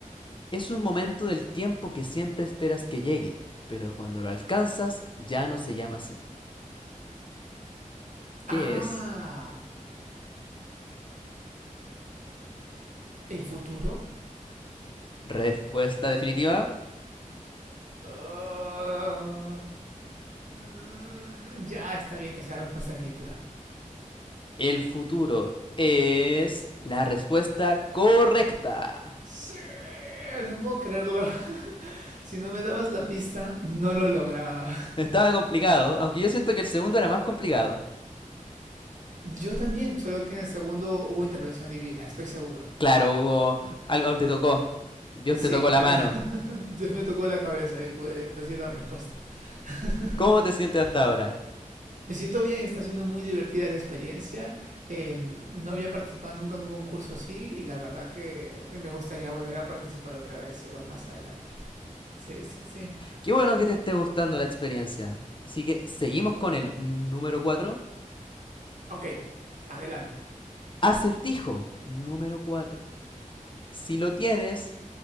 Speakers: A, on the left (about 40°); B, on the right (about 65°).
A: Es un momento del tiempo que siempre esperas que llegue, pero cuando lo alcanzas ya no se llama así. ¿Qué
B: Ah,
A: es?
B: ¿el futuro?
A: Respuesta definitiva.
B: Ah, mm, ya, está bien que sea respuesta definitiva.
A: El futuro es la respuesta correcta.
B: Sí, no puedo creerlo. <laughs> Si no me dabas la pista, no lo lograba.
A: Estaba complicado, aunque yo siento que el segundo era más complicado.
B: Yo también, solo que en el segundo hubo intervención divina, estoy seguro.
A: Claro, Hugo, algo te tocó. Dios
B: Sí,
A: te tocó la mano.
B: <laughs> Dios me tocó la cabeza y pude decir la respuesta. <laughs>
A: ¿Cómo te sientes hasta ahora?
B: Me siento bien, está siendo muy divertida la experiencia. Eh, no había participado nunca en un concurso así y la verdad que, que me gustaría volver a participar otra vez, igual más adelante. Sí, sí, sí.
A: Qué bueno que te esté gustando la experiencia. Así que seguimos con el número cuatro.
B: Ok, adelante.
A: Acertijo número 4. Si lo tienes,